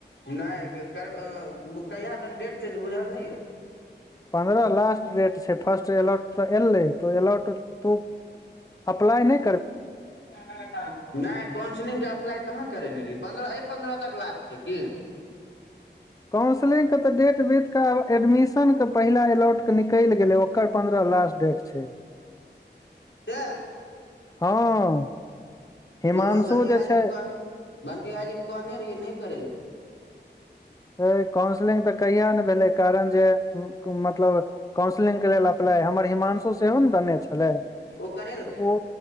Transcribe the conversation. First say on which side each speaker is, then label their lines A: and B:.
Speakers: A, on the left; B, on the left.
A: नय करब कहिया तक डेट छै से बुझल नय य
B: पन्द्रह लास्ट रेट छै फर्स्ट एलॉट तऽ एलै तऽ ओ एलॉट तू अपलाय नय
A: क <unintelligible> नय काउन्सिलिंगके अप्लाइ कहाँ करेने रहियै पन्द्रह ऐ पन्द्रह तक लास्ट छै की
B: काउन्सलिंग के तऽ डेट देखक एडमिशन के पहिला एलॉउट के निकलि गेलै ओकर पन्द्रह लास्ट डेक छै
A: सेएह
B: हँ हिमांशु
A: जो बंदि भाएजी
B: जे छै
A: के कहने बंटि भाएजी के कहने रहियै नय करेलकै
B: काउंसलिंग तऽ कहिया ने भेलै कारण जे उ कु मतलब काउन्सलिंगके लेल अप्लाइ हमर हिमांशु सेहो ने बने छलैय
A: ओ करेलकै
B: तऽ ओ